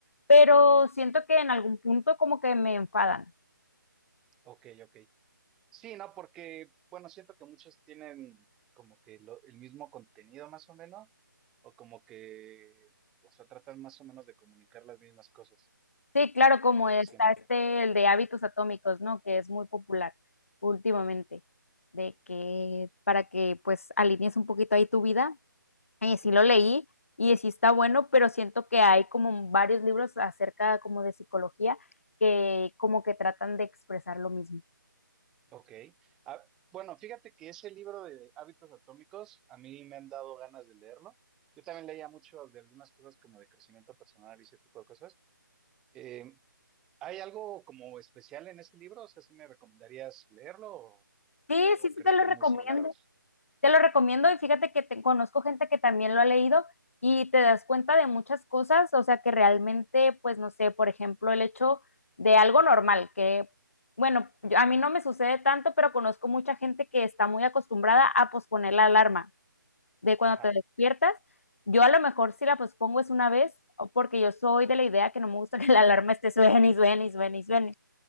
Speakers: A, on the left; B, in the centre.
A: pero siento que en algún punto como que me enfadan.
B: Ok, ok. Sí, no, porque, bueno, siento que muchos tienen como que lo- el mismo contenido más o menos, o como que, o sea, tratan más o menos de comunicar las mismas cosas.
A: Sí, claro, como
B: A veces
A: está
B: siento.
A: este, el de hábitos atómicos, ¿no? Que es muy popular últimamente, de que para que pues alinees un poquito ahí tu vida. Y sí
B: Ujú.
A: lo leí y sí está bueno, pero siento que hay como varios libros acerca como de psicología que como que tratan de expresar lo mismo.
B: Ok. Ah, bueno, fíjate que ese libro de Hábitos Atómicos, a mí me han dado ganas de leerlo. Yo también leía mucho de algunas cosas como de crecimiento personal y ese tipo de cosas. Eh, ¿hay algo como especial en ese libro? O sea, ¿sí me recomendarías leerlo o,
A: Sí,
B: o
A: sí, sí,
B: crees
A: te lo
B: que es
A: recomiendo.
B: muy similar a otros?
A: Te lo recomiendo y fíjate que te- conozco gente que también lo ha leído y te das cuenta de muchas cosas, o sea que realmente, pues no sé, por ejemplo, el hecho de algo normal, que bueno, yo- a mí no me sucede tanto, pero conozco mucha gente que está muy acostumbrada a posponer la alarma de cuando
B: Ajá,
A: te despiertas. Yo a lo mejor si la pospongo es una vez, o porque yo soy de la idea que no me gusta <laughs> que la alarma esté suene y suene y suene y suene.